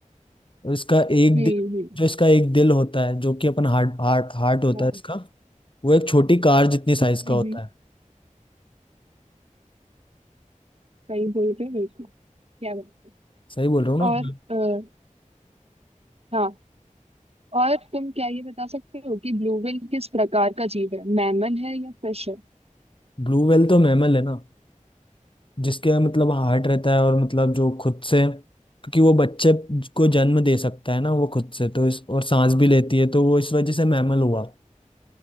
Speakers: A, on the left; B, on the right.
A: और इसका एक
B: हम्म
A: दिल
B: हम्म
A: जो इसका एक दिल होता है जो कि अपन हार्ट हार्ट हार्ट होता
B: हाँ,
A: है इसका वो एक छोटी कार जितनी साइज
B: हम्म,
A: का होता है
B: सही बोल रहे हो बिल्कुल क्या बात
A: सही बोल रहा हूँ
B: और
A: ना
B: अ, हाँ और तुम क्या ये बता सकते हो कि ब्लू व्हेल किस प्रकार का जीव है मैमल है या फिश है
A: ब्लू व्हेल तो मैमल है ना जिसके मतलब हार्ट रहता है और मतलब जो खुद से क्योंकि वो बच्चे को जन्म दे सकता है ना वो खुद से तो इस और सांस भी लेती है तो वो इस वजह से मैमल हुआ